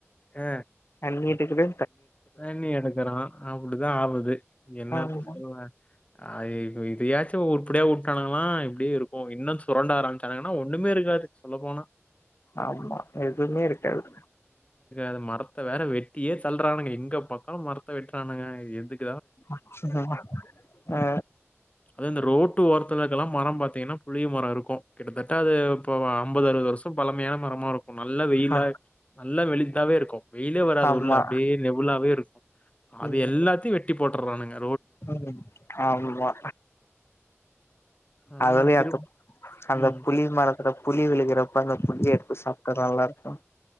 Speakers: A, on the left; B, on the left.
A: அ
B: தண்ணி கேக்குது
A: தண்ணி எடுக்குறா அப்படிதா ஆவுது என்னத்த
B: ஆமா
A: சொல்ல ஆய் இதையாச்சும் உருப்படியா விட்டானங்கல்லா இப்படியே இருக்கும் இன்னும் சுரண்ட ஆரம்பிச்சானாங்கன்னா ஒண்ணமே இருக்காது சொல்ல போனா
B: ஆமா எதுவுமே இருக்காது
A: அது மரத்த வேற வெட்டியே தள்றானுங்க இங்க பக்கம் மரத்த வெட் ரானுங்க எதுக்
B: <unintelligible> ஆ
A: அது இந்த ரோட்டு ஓரத்துலக்கெல்லா மரம் பாத்தீங்கன்னா புளிய மரம் இருக்கும் கிட்டத்தட்ட அது அம்பது அறுபது வருஷம் பழமையான மரமா இருக்கும் நல்லா வெயில
B: ஆ
A: நல்லா வெளித்தாவே இருக்கும் வெயிலே வராது
B: ஆமா
A: உள்ள அப்டியே நிவ் வே இருக்கு அது
B: ம்
A: எல்லாத்தையு வெட்டி போட்டறானுங்க
B: ம் ஆமா
A: அதெல்லாம்
B: அதுலயு
A: திரும்
B: அத்த அந்த
A: ம்.
B: புளி
A: ச
B: மரத்துல புளி விழுகறப்ப அந்த புளி எடுத்து சாப்ட்டா நல்லா இருக்கு